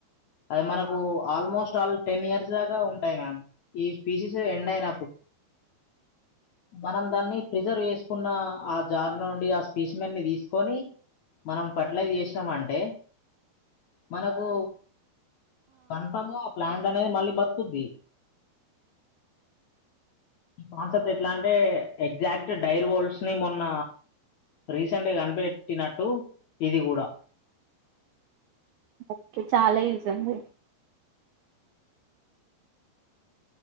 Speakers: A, on the left (about 70°); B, on the right (about 85°).
A: అది మనకు ఆల్మోస్ట్ ఆల్ టెన్ ఇయర్స్ దాకా ఉంటాయి మ్యామ్ ఈ స్పీసీస్ ఎండ్ అయిన మనం దాన్ని ప్రిజర్వ్ చేసుకున్న ఆ జార్ నుండి ఆ స్పీస్మెట్ ని తీసుకొని మనం ఫర్టిలైజ్ చేసినామ అంటే మనకు కన్ఫామ్ ప్లాంట్ అనేది మళ్ళీ బతుకుది ఈ కాన్సెప్ట్ ఎట్లా అంటే ఎగ్జాక్ట్ డైర్ వోల్స్ ని మొన్న రీసెంట్గా కనిపెట్టినట్టు ఇది కూడా
B: ఓకే చాలా ఈయూజ్ అండి